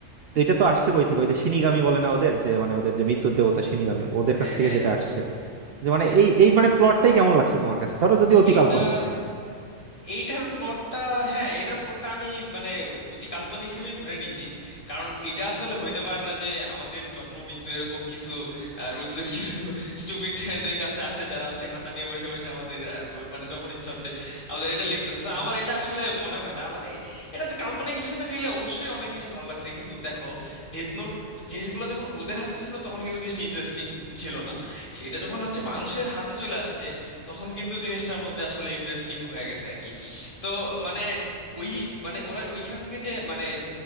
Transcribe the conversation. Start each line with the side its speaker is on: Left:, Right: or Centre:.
Right: তো এটা তো আসছে কই থেকে ওই যে শিনিগামী বলে না ওদের যে মানে ওদের যে মৃত্যুর দেবতা শিনিগামী ওদের
Left: হ্যাঁ
Right: কাছ থেকে
Left: হ্যাঁ
Right: যেটা
Left: হ্যাঁ
Right: আসছে যে মানে
Left: হ্যাঁ
Right: এই
Left: হ্যাঁ
Right: এই মানে প্লটটাই কেমন লাগছে তোমার কাছে ধরো যদি অতি
Left: এটার
Right: কাল্পনিক
Left: এইটার প্লটটা হ্যাঁ এটার প্লটটা আমি মানে অতি কাল্পনিক হিসেবেই ধরে নিছি কারণ এটা আসলে হইতে পারে না যে আমাদের জন্ম মৃত্যু এরকম কিছু রুথলেস কিছু <laughs> স্টুপিডদের কাছে আছে যারা হচ্ছে খাতা নিয়ে বসে বসে আমাদের আহ, মানে যখন ইচ্ছা হচ্ছে আমাদের এটা লিখতেছে So, আমার এটা আসলে মনে হয় না মানে এটা যে কাল্পনিক হিসেবে নিলে অবশ্যই অনেক বেশি ভালো লাগছে কিন্তু দেখো ডেথ নোট জিনিসগুলো যখন ওদের হাতে ছিল তখন কিন্তু জিনিসটা ইন্টারেস্টিং ছিল না সেটা যখন হচ্ছে মানুষের হাতে চলে আসছে তখন কিন্তু জিনিসটার মধ্যে আসলে ইন্টারেস্টিং হয়ে গেছে আর কি তো মানে ওই মানে ওরা ওইখান থেকে যে মানে